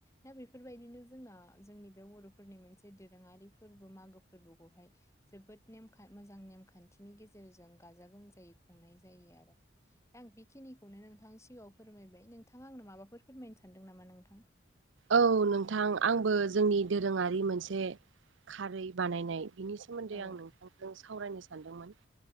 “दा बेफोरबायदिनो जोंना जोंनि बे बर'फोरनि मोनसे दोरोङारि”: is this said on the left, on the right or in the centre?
Left